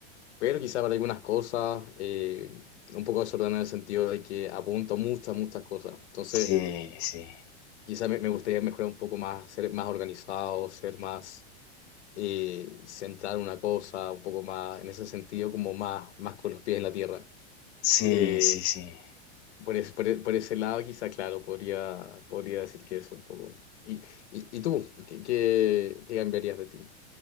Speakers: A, on the left; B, on the left.
A: pero quizá para algunas cosas, eh, un poco desordenado en el sentido de que apunto muchas, muchas cosas. Entonces,
B: sí, sí,
A: quizá me, me gustaría mejorar un poco más, ser más organizado, ser más eh, centrado en una cosa, un poco más, en ese sentido, como más, más con los pies en la tierra.
B: sí,
A: Eh,
B: sí, sí.
A: por, es- por, e- por ese lado, quizá, claro, podría, podría decir que eso un poco. ¿Y, y, y tú? ¿Qué, qué, qué cambiarías de ti?